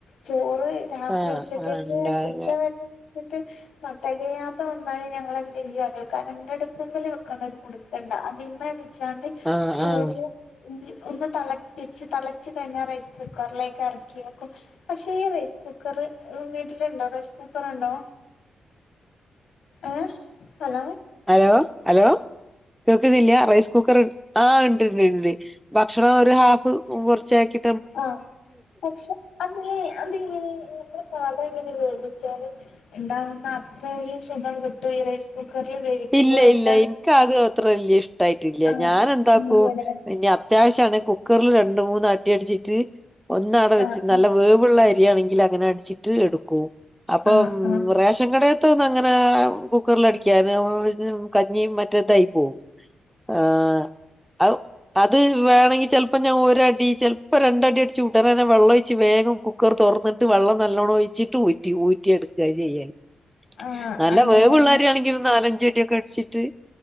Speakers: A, on the left (about 75°); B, in the centre.
A: ചോറ് രാത്രി
B: ആഹ്
A: ഉച്ചക്കക്കെ
B: ആഹ് ഉണ്ടാക
A: ഉച്ച വരെ വെച്ചിട്ട് വ തെകയാതെ വന്നാല് ഞങ്ങളെന്തെയ്യും അറിയോ കരന്റട്പ്പ്മ്മല് വെക്ക്ണൊരു കുട് ണ്ട അതി മെമവെച്ചാണ്ട്
B: ആഹ്
A: ചൂട്.
B: ആഹ്
A: ഒന്ന് തിളപ്പിച്ച് തളച്ച്കഴിഞ്ഞാൽ റൈസ് കുക്കറിലേക്ക് ഇറക്കിയക്കും. പക്ഷെ ഈ റൈസ് കുക്കർ വീട്ടിലുണ്ടോ റൈസ് കുക്കർുണ്ടോ? ഏഹ ഹലോ.
B: ഹലോ ഹലോ കേക്കുന്നില്ല റൈസ് കുക്കർ ആഹ ഉണ്ടണ്ട് ഉണ്ട്. ഭക്ഷണം ഒരു ഹാഫ് കുറച്ചക്കി.
A: ആ പക്ഷെ അതിെ അതിങ്ങനെ നമ്മുടെ സാധ എങ്ങനെ വേവിച്ചാല്. ഉണ്ടാവുന്ന അത്ര ഒരു സുഖം കിട്ടോ ഈ റൈസ്. കുക്കറിൽ വേവിക്കുമ്പോ
B: ഇല്ല
A: എന്താണ്
B: ഇല്ല ഇൻകത് അത്ര വല്ല്യ ഇഷ്ടായിട്ടില്ല
A: ആഹ്
B: ഞാനെന്താക്കൂ
A: ഇല്ലല്ലേ
B: ഇനി അത്- അത്യാവിശ്യാണ് കുക്കെറിൽ രണ്ട് മൂന്ന് അടി അടിച്ചിട്ട് ഒന്ന് അവടെ വെച്ച്
A: ആഹ്
B: നല്ലെ വേവ് വ്ള്ള അരിയാണെങ്കില് അങ്ങനെ അട്ച്ചിട്ട് എടുക്കും. അപ്പം
A: ആഹ് ആഹ്
B: റേഷൻ കടേ ഇത്തൊന്നും അങ്ങെനെ കുക്കറിൽ അടിക്കാന് കഞ്ഞി മറ്റേതായി പോവും. ആഹ് ഔ അത് വേണെങ്കി ചെൽപ്പം ഞാൻ ഒരടി ചെൽപ്പെ രണ്ടടി അടിച്ച് ഉടനെന്നേ വെള്ളൊഴിച്ച് വേഗം കു ക്കർ തൊർന്നിട്ട് വെള്ളം നല്ലോണം ഒഴിച്ചിട്ട് ഊറ്റി ഊറ്റി എട്ക്ക ചെയ്യെല്
A: ആഹ്
B: നല്ല
A: അങ്ങനെ
B: വേവ്ള്ള അരിയാണെങ്കിലും നാലഞ്ച് അടിയൊക്കെ അട്ച്ചിട്ട്